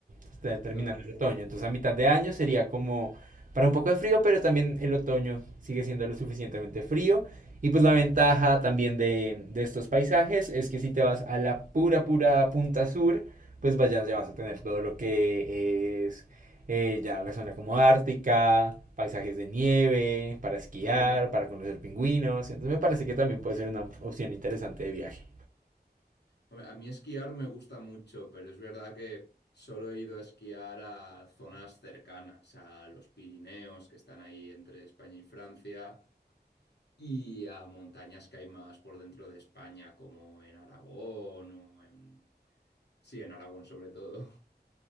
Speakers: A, on the right; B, on the left.
A: está terminando
B: Claro.
A: el otoño. Entonces a mitad de año sería como para un poco de frío, pero también el otoño sigue siendo lo suficientemente frío. Y pues la ventaja también de, de estos paisajes es que si te vas a la pura, pura punta sur, pues vayas, ya vas a tener todo lo que es eh, ya la zona como ártica, paisajes de nieve, para esquiar,
B: mm.
A: para conocer pingüinos. Entonces me parece que también puede ser una opción interesante de viaje.
B: Hombre, A mí esquiar me gusta mucho, pero es verdad que solo he ido a esquiar a zonas cercanas, a los Pirineos, que están ahí entre España y Francia, y a montañas que hay más por dentro de España, como en Aragón o en... Sí, en Aragón sobre todo.